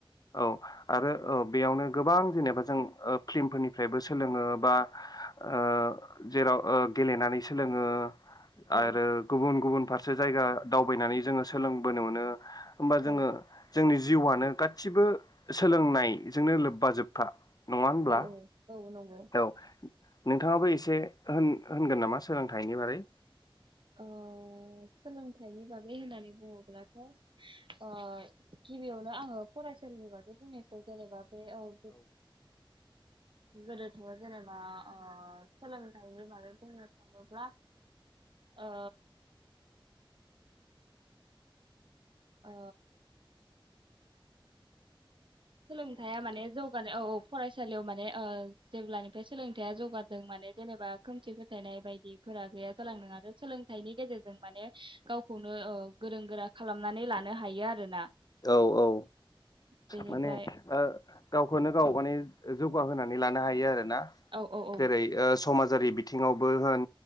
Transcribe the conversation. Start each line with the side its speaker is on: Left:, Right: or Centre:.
Left: औ आरो औ। बेयावनो गोबां जेनेबा जों फिल्मफोरनिफ्रायबो सोलोङो बा ओ जेराव ओ गेलेनानै सोलोङो।
Right: औ
Left: आरो गुबुन गुबुन फारसे सो जायगा दावबायनानै जोङो सोलोंबोनो मोनो। होमबा जोङो
Right: औ
Left: जोंनि जिउआनो गासिबो सोलोंनायजोंनो लोब्बा जोबफा। नङा होनब्ला
Right: औ औ औ नं
Left: औ। नोंथाङाबो एसे होन होनगोन नामा सोलोंथाइनि बारै?
Right: अ। सोलोंथाइनि बागै होननानै बुङोब्ला ओ गिबियावनो आंङो फरायसालिनि बागै बुंनोसै जेनेबा दे औ। गोदोथ जेनेबा ओ सोलोंथाइनि बागै बुंनो थाङोब्ला ओ ओ सोलोंथाइया माने जौगानाय औ औ फरायसा फरायसालियाव माने ओ जेब्लानिफ्राय सोलोंथाइया जौगादों माने जेनेबा खोमसि फोथायनाय बायदि फोरा गैया जालांदों आरो सोलों फिथाइनि गेजेरजों माने गावखौनो ओ गोरों गोरा खालामनानै लानो हायो आरो ना।
Left: औ औ
Right: बेनिफ्राय
Left: माने ओ गावखौनो गाव माने जौगाहोनानै लानो हायो आरो। ना
Right: औ औ औ
Left: जेरै ओ समाजारि बिथिङावबो होन